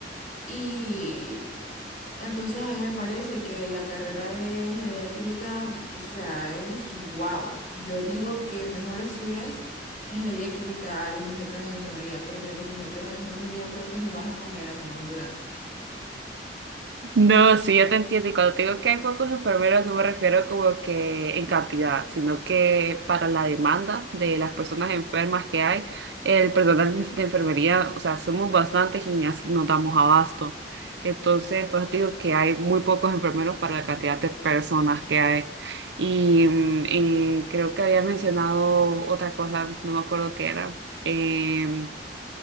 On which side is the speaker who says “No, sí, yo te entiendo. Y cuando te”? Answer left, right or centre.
Right